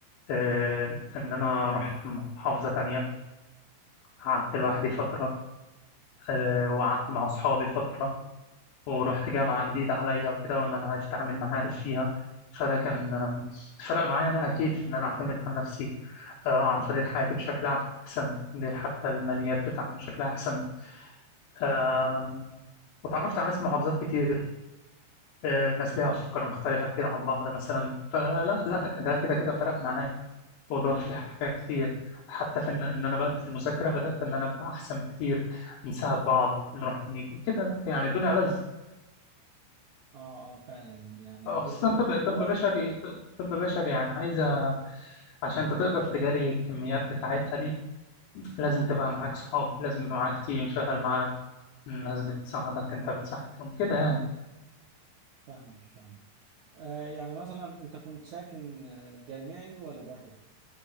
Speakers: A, on the left; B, on the right.
A: آه إن أنا رحت محافظة تانية قعدت لوحدي فترة آه وقعدت مع أصحابي فترة ورحت جامعة جديدة عليا وكده وإن أنا أتعامل معارف فيها فده كان آه، فرق معايا أنا أكيد في إن أنا أعتمد على نفسي آه، أعرف أدير حياتي بشكل أحسن أدير حتى الماليات بتاعتي بشكل أحسن آه، وتعرفت على ناس من محافظات كتير آه، ناس ليها أفكار مختلفة كتير عن بعض مثلا فلا لا ده كده كده فرق معايا وضاف لي حاجات كتير حتى في إن إن أنا بدأت في المذاكرة بدأت إن أنا أبقى أحسن بكتير نساعد بعض نروح نيجي كده لا، يعني الدنيا ألذ
B: آه آه فعلا يعني
A: خصوصا
B: برضه أنت
A: طب
B: دلوقتي
A: طب بشري طب بشري يعني عايزة عشان انت تقدر تجاري الكميات بتاعتها دي لازم تبقى معاك صحاب لازم يبقى معاك تيم شغال معاك الناس بتساعدك انت بتساعدهم كده يعني
B: فاهمك فاهمك آه يعني مثلا أنت كنت ساكن آه، جامعي ولا بره؟